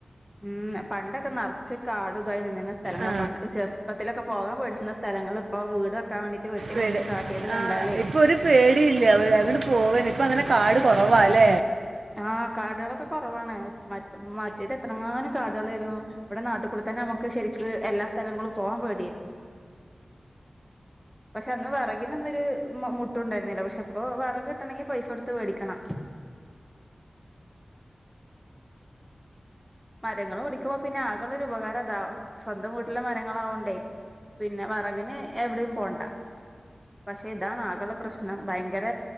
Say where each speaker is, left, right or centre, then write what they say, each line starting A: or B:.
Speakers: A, in the centre; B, on the right.
A: ഉം പണ്ടൊക്കെ നെറച്ച് കാടും ഇതായി നിന്നിരുന്ന സ്ഥലങ്ങള
B: ആ
A: പണ്ടെ ചെർ പ്പത്തിലൊക്കെ പോകാൻ പേട്ച്ചിര്ന്ന സ്ഥലങ്ങള് ഇപ്പോ വീട് വെക്കാൻ വേണ്ടീട്ട് വെട്ടി
B: വീട്
A: മുറിച്ച് കാട്ടിയത്
B: ആ
A: കണ്ടാലേ
B: ഇപ്പം ഒരു പേടിയില്ല അവര് അങ്ങട് പോവാന് ഇപ്പ അങ്ങനെ കാട് കൊറവാ ല്ലേ
A: ആഹ് കാടുകളൊക്കെ കൊറവാണ് മ മറ്റേത് എത്രങ്ങാനും കാടുകളാര്ന്നു ഇവിടെ നാട്ടിൽ കൂടെ തന്നെ നമുക്ക് ശരിക്ക് എല്ലാ സ്ഥലങ്ങളും പോവാൻ പേടിയാര്ന്നു
B: <inaudible>
A: പക്ഷെ അന്ന് വെറകിനൊന്നും ഒരു മു മുട്ട് ഉണ്ടായിരുന്നില്ല പക്ഷെ ഇപ്പൊ വെറക് കിട്ടണെങ്കി പൈസ കൊടുത്ത് വേടിക്കണം മരങ്ങള് മുറിക്കുമ്പോ പിന്നെ ആകെള്ളൊരു ഉപകാരം അതാ സ്വന്തം വീട്ടിലെ മരങ്ങളാവൊണ്ടേ പിന്നെ വെറകിന് എവിടെയും പോണ്ട പക്ഷെ ഇതാണ് ആകെള്ള പ്രശ്നം ഭയങ്കര